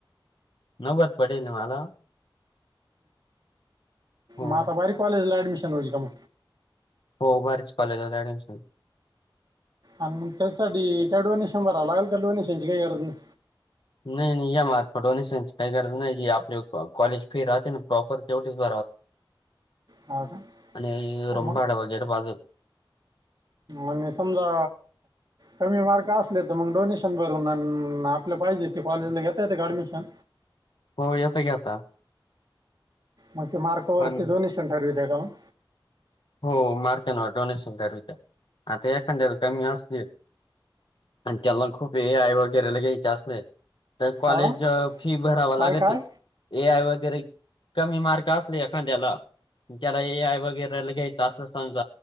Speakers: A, on the left; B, on the right.
A: नवबत पडेल मला हो
B: म तर भारी कॉलेजला अॲडमिशन होईल का म
A: हो भारीच कॉलेजात ऍडमिशन
B: आणि मग त्यासाठी कडवा निशंभरावं लागेल कडव निशांची काही गरज नाही
A: नाहीय नाही या मारका पण टेनेशन काय गरज आप कॉलेज फी राहचे प्रॉपर केवढ
B: हा
A: आणि
B: का
A: रम्बा
B: मग
A: आड व घैर पाज
B: आणि समजा कमी मार्क असले तर मग डोनेशन भरून आपलं पाहिजे ते कॉलेजला घेता येते का ऍडमिशन
A: हो येतं की आता
B: मग ते मार्कवरती
A: पण
B: डोनेशन ठरवीती का मग
A: हो मार्कनवर डोनेशन ठरवू त्या आता एखाद्याला कमी असतील आणि त्यांना खूप ए आय वगैरेला घ्यायचे असले तर कॉलेज
B: हा
A: फी भरावा लागत
B: काय काय
A: ए आय वगैरे कमी मार्क असले एखाद्याला त्याला ए आय वगैरे ग्याच असेल असमाज